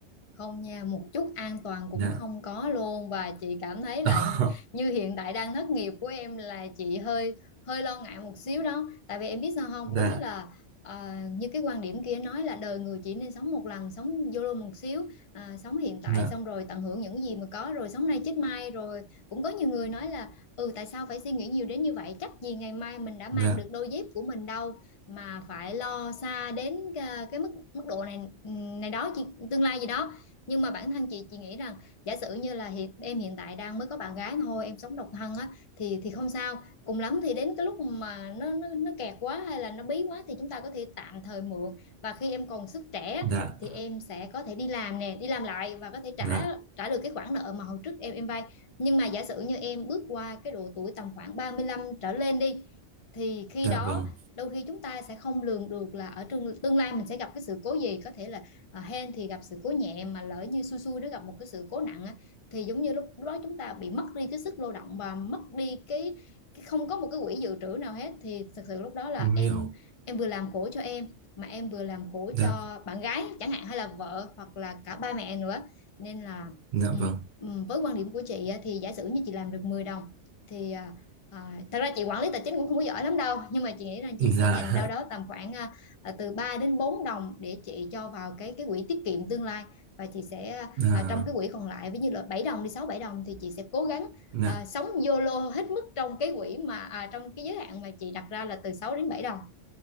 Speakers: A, on the left (about 55°); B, on the right (about 60°).
A: không nha một chút an toàn cũng
B: dạ
A: không có luôn và chị cảm thấy là
B: <laughs>
A: như hiện tại đang thất nghiệp của em là chị hơi hơi lo ngại một xíu đó tại vì em biết sao không
B: dạ
A: đúng là à, như cái quan điểm kia nói là đời người chỉ nên sống một lần sống YOLO một xíu à, sống hiện tại
B: dạ
A: xong rồi tận hưởng những gì mà có rồi sống nay chết mai rồi cũng có nhiều người nói là ừ tại sao phải suy nghĩ nhiều đến như vậy chắc gì ngày mai mình đã mang
B: dạ
A: được đôi dép của mình đâu mà phải lo xa đến cái, cái mức mức độ này ừ, này đó chị tương lai gì đó nhưng mà bản thân chị chị nghĩ rằng giả sử như là hiện em hiện tại đang mới có bạn gái thôi em sống độc thân á thì thì không sao cùng lắm thì đến cái lúc mà nó nó nó kẹt quá hay là nó bí quá thì chúng ta có thể tạm thời mượn và khi em còn sức trẻ á,
B: dạ
A: thì em sẽ có thể đi làm nè đi làm lại và có thể trả
B: dạ
A: trả được cái khoản nợ mà hồi trước em em vay nhưng mà giả sử như em bước qua cái độ tuổi tầm khoảng 35 trở lên đi thì khi
B: dạ
A: đó
B: vâng
A: đôi khi chúng ta sẽ không lường được là ở tương tương lai mình sẽ gặp cái sự cố gì có thể là à, hên thì gặp sự cố nhẹ mà lỡ như xui xui nó gặp một cái sự cố nặng á, thì giống như lúc đó chúng ta bị mất đi cái sức lao động và mất đi cái, cái không có một cái quỹ dự trữ nào hết thì thật sự lúc đó là
B: em
A: em
B: hiểu
A: em vừa làm khổ cho em mà em vừa làm khổ
B: Dạ,
A: cho bạn gái chẳng hạn hay là vợ hoặc là cả ba mẹ nữa nên là
B: dạ
A: ừ,
B: vâng,
A: ừ, với quan điểm của chị thì giả sử như chị làm được 10 đồng thì à, À, thật ra chị quản lý tài chính cũng không có giỏi lắm đâu nhưng mà chị nghĩ rằng chị
B: dạ,
A: sẽ dành đâu đó tầm khoảng à, à, từ 3 đến 4 đồng để chị cho vào cái cái quỹ tiết kiệm tương lai và chị sẽ
B: dạ,
A: à, trong cái quỹ còn lại ví như là bảy đồng đi sáu bảy đồng thì chị sẽ cố gắng
B: dạ,
A: à, sống YOLO hết mức trong cái quỹ mà à, trong cái giới hạn mà chị đặt ra là từ 6 đến 7 đồng.